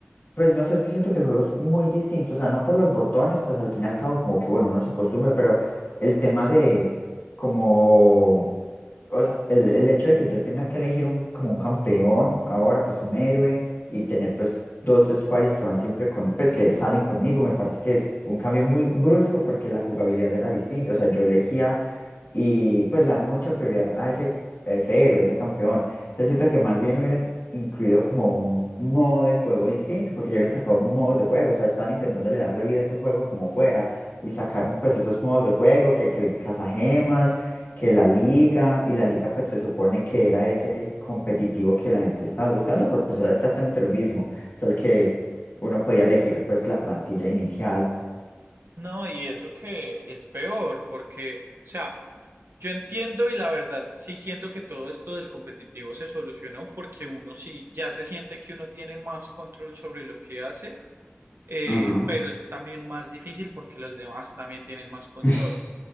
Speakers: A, on the left; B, on the right.
A: pues no sé, es que siento que el juego es muy distinto, o sea, no por los botones, pues al fin y al cabo como que bueno, uno se acostumbra, pero el tema de como O sea, el, el hecho de que yo tenga que elegir un, como un campeón ahora, pues un héroe y tener pues dos squares que van siempre con, pues que salen conmigo, me parece que es un cambio muy brusco porque la jugabilidad era distinta. O sea, yo elegía y pues le dan mucha prioridad a ese, a ese héroe, a ese campeón. Entonces siento que más bien hubieran incluido como un modo de juego distinto porque ya habían sacado modos de juego. O sea, están intentando darle vida a ese juego como fuera y sacaron pues esos modos de juego que, que el cazagemas que la liga, y la liga pues se supone que era ese competitivo que la gente estaba buscando, pero pues era exactamente lo mismo, solo que uno podía elegir pues la plantilla inicial.
B: No, y eso que es peor, porque, o sea, yo entiendo y la verdad sí siento que todo esto del competitivo se solucionó porque uno sí ya se siente que uno tiene más control sobre lo que hace eh,
A: Ajá.
B: pero es también más difícil porque los demás también tienen más control.
A: <laughs>